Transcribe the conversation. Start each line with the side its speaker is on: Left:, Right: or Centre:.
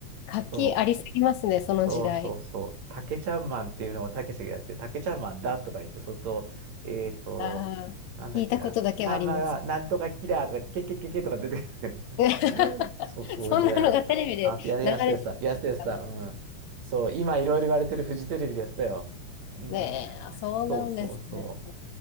Left: 活気ありすぎますね、
Right: そう。
Left: その時代。
Right: そうそうそう。タケちゃんマンっていうのをたけしがやって、タケちゃんマンだとか言って、そっと、えっと、
Left: ああ聞いたことだけはあります。
Right: なんだっけな、さんまがなんとかキラーとか言って、ケケケケとか出て
Left: <laughs>
Right: くる。<laughs> そう、そういう時代だった。
Left: そんなのがテレビで流れてるんですか
Right: あと、や、やすてやすた、やすてやすた、うん。そう、今いろいろ言われてるフジテレビでやってたよ。うん。
Left: ねえ、あそうなんですね。
Right: そうそうそう。